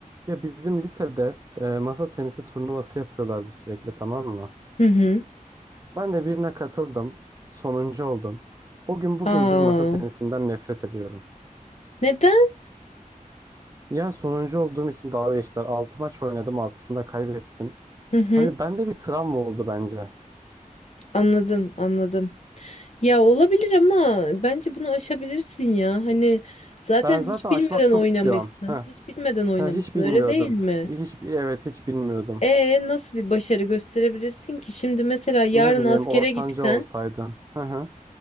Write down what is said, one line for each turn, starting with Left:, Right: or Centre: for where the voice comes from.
Right: Ya bizim lisede e, masa tenisi turnuvası yapıyorlardı sürekli tamam mı?
Left: Hı hı.
Right: Ben de birine katıldım. Sonuncu oldum. O gün bugündür
Left: Aa,
Right: masa tenisinden nefret ediyorum.
Left: neden?
Right: Ya sonuncu olduğum için dalga geçtiler. 6 maç oynadım, 6'sında kaybettim.
Left: Hı hı.
Right: Hani bende bir travma oldu bence.
Left: Anladım, anladım. Ya olabilir ama bence bunu aşabilirsin ya. Hani zaten
Right: Ben zaten
Left: hiç
Right: aşmak
Left: bilmeden
Right: çok
Left: oynamışsın.
Right: istiyorum. Heh.
Left: Hiç bilmeden oynamışsın,
Right: Ha, hiç bilmiyordum.
Left: öyle değil mi?
Right: Hiç, evet hiç bilmiyordum.
Left: E nasıl bir başarı gösterebilirsin ki? Şimdi mesela yarın
Right: Ne bileyim
Left: askere
Right: ortanca
Left: gitsen,
Right: olsaydım. Hı hı.